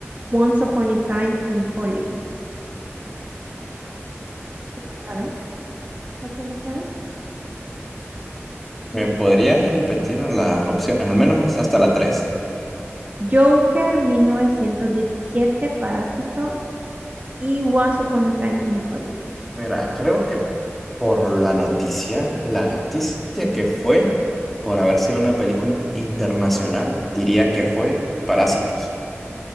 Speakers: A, on the right; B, in the centre.
A: Once Upon a Time in Hollywood. ¿Te la sabes? ¿No te la sabes?
B: ¿Me podrías repetir las opciones, al menos hasta la tres.
A: Joker mil novecientos diecisiete Parásito y Once Upon a Time in Hollywood.
B: Mira, creo que por la noticia, la noticia que fue, por haber sido una película in- internacional, diría que fue Parásitos.